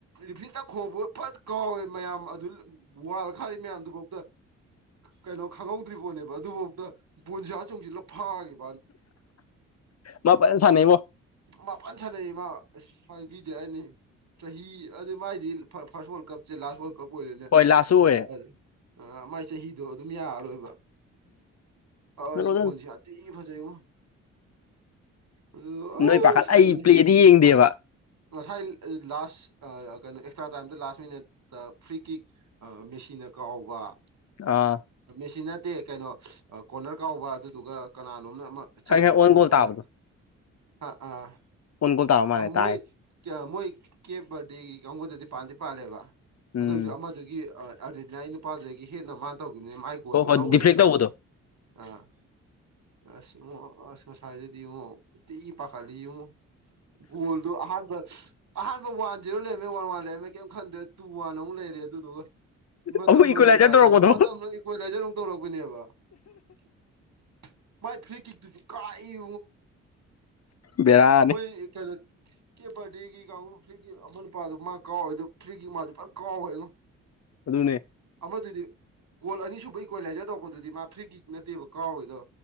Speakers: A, on the right; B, on the left.
A: ꯔꯤꯐꯔꯤꯇ ꯈꯣꯡꯕ ꯐꯠ ꯀꯥꯎꯋꯦ ꯃꯌꯥꯝ ꯑꯗꯨ ꯋꯥꯂ ꯈꯥꯔꯤ ꯃꯌꯥꯝꯗꯨꯐꯧꯗ ꯀꯩꯅꯣ ꯈꯪꯍꯧꯗ꯭ꯔꯤ ꯄꯣꯠꯅꯦꯕ ꯑꯗꯨꯐꯥꯎꯗ ꯕꯣꯟꯁꯥ ꯆꯣꯡꯁꯤꯜꯂ ꯐꯥꯈꯤꯕꯦꯕ
B: ꯃꯄ ꯁꯥꯟꯅꯕꯣ <inaudible>
A: ꯃꯥꯄꯥꯟ ꯁꯥꯟꯅꯩ ꯏ ꯃꯥ ꯑꯁ ꯍꯥꯏꯕꯤꯗꯦ ꯍꯥꯏꯅꯤ ꯆꯍꯤ ꯑꯗꯨ ꯃꯥꯏꯗꯤ ꯐꯥꯔꯁ ꯑꯣꯜ <inaudible> ꯀꯞꯁꯦ ꯂꯥꯁ ꯋꯥꯔꯜ ꯀꯞ ꯑꯣꯏꯔꯦꯅꯦ
B: ꯍꯣꯏ ꯂꯥꯁꯁꯨ
A: ꯕꯣꯜꯁꯦ
B: ꯑꯣꯏꯔꯦ
A: ꯃꯥꯏ ꯆꯍꯤꯗꯣ ꯑꯗꯨꯝ ꯌꯥꯔꯔꯣꯏꯕ
B: ꯎꯝ
A: ꯑꯁꯤ ꯕꯨꯖꯤ ꯌꯥꯇ ꯐꯖꯏ ꯋꯥ <unintelligible> ꯑꯗꯨ
B: ꯅꯣꯏ ꯄꯥꯈꯠ
A: ꯁꯥꯏꯅꯤ
B: ꯑꯩ ꯄ꯭ꯂꯦꯗꯤ ꯌꯦꯡꯗꯦꯕ
A: <unintelligible> ꯉꯁꯥꯏ ꯂꯥꯁ ꯀꯩꯅꯣ ꯑꯦꯛꯁꯇ꯭ꯔꯥ ꯇꯥꯏꯝꯗ ꯂꯥꯁ ꯃꯤꯅꯠꯇ ꯐ꯭ꯔꯤ ꯀꯤꯛ ꯃꯦꯆꯤꯟꯅ ꯀꯥꯎꯕ
B: ꯑꯥ
A: ꯃꯦꯁꯤ ꯅꯠꯇꯦ ꯀꯩꯅꯣ ꯀꯣꯔꯅꯔ ꯀꯥꯎꯕ ꯑꯗꯨꯗꯨꯒ ꯀꯅꯥꯅꯣꯝꯅ ꯑꯃ ꯆꯟꯈꯤꯕ
B: ꯈꯔ ꯈꯔ ꯑꯣꯟ
A: ꯍꯦꯗꯔꯗ
B: ꯒꯣꯜ ꯇꯥꯕꯗꯣ
A: ꯑ ꯑꯥ
B: ꯑꯣꯟ ꯒꯣꯜ ꯇꯥꯕ ꯃꯥꯜꯂꯦ
A: ꯃꯣꯏ
B: ꯇꯥꯏ
A: ꯃꯣꯏ ꯀꯦꯞ ꯕꯥꯔꯗꯦꯒꯤ ꯀꯥꯡꯕꯨꯗꯗꯤ ꯄꯥꯟꯗꯤ ꯄꯥꯜꯂꯦꯕ ꯑꯗꯨꯏꯁꯨ
B: ꯎꯝ
A: ꯑꯗꯨꯒꯤ ꯑꯥꯔꯖꯦꯟꯇꯤꯅꯥ ꯑꯩ ꯅꯨꯄꯥꯗꯨꯗꯒꯤ ꯍꯦꯟꯅ ꯃꯥꯅ ꯇꯧꯈꯤꯕꯅꯤ ꯃꯥꯏ ꯒꯣꯜ
B: ꯍꯣꯏ
A: ꯑꯗꯨꯝ
B: ꯍꯣꯏ
A: ꯂꯧꯈ꯭ꯔꯦꯗꯅ
B: ꯗꯤꯐ꯭ꯂꯦꯛ ꯇꯧꯕꯗꯣ
A: ꯑꯥ ꯑꯁ ꯏꯉꯣ ꯑꯁ ꯉꯁꯥꯏꯗꯗꯤ ꯏꯉꯛ ꯎ ꯇꯤ ꯄꯥꯈꯠꯂꯤ ꯏꯉꯣ ꯍꯣꯜꯗꯨ ꯍꯥꯏ <unintelligible> ꯑꯍꯥꯟꯕ ꯋꯥꯟ ꯖꯤꯔꯣ ꯂꯩꯔꯝꯃꯦ ꯋꯥꯟ ꯋꯥꯟ ꯂꯩꯔꯝꯃꯦ ꯀꯩꯝ ꯈꯟꯗ꯭ꯔꯦ ꯇꯨ ꯋꯥꯟ ꯑꯃꯨꯛ ꯂꯩꯔꯦ ꯑꯗꯨꯗꯨꯒ ꯃꯇꯝ
B: ꯑꯃꯨꯛ ꯏꯀ꯭ꯋꯦꯂꯥꯏꯖꯔ
A: ꯂꯣꯏꯔꯝꯗꯥꯏꯗꯅ
B: ꯇꯧꯔꯛꯄꯗꯣ
A: ꯃꯇꯝꯗꯨ ꯏꯀꯣꯏ ꯂꯥꯏꯖꯔ ꯑꯃꯨꯛ ꯇꯧꯔꯛꯄꯅꯦꯕ <unintelligible> ꯃꯥꯏ ꯐ꯭ꯔꯤ ꯀ ꯇ <unintelligible> ꯀꯥꯏ
B: ꯕꯦꯔꯥꯅꯤ
A: ꯃꯣꯏ ꯀꯅꯣ <unintelligible> ꯀꯦ ꯕꯔꯗꯦꯒꯤ ꯀꯥꯡꯕꯨ ꯐ꯭ꯔꯤꯒꯤ ꯑꯃ ꯅꯨꯄꯥꯗꯨ ꯃꯥ ꯀꯥꯎꯋꯦ ꯑꯗꯨ ꯐ꯭ꯔꯤꯒꯤ ꯃꯥꯗꯤ ꯄꯨꯔ ꯀꯥꯎꯋꯦꯉꯣ
B: ꯑꯗꯨꯅꯦ
A: ꯑꯃꯗꯨꯗꯤ ꯀꯣꯜ ꯑꯅꯤꯁꯨꯕ ꯏꯀ꯭ꯋꯤꯂꯥꯏꯖꯔ ꯇꯧꯔꯛꯄꯗꯨꯗꯤ ꯃꯥ ꯐ꯭ꯔꯤ ꯀꯤꯛ ꯅꯠꯇꯦꯕ ꯀꯥꯎꯋꯦꯗꯣ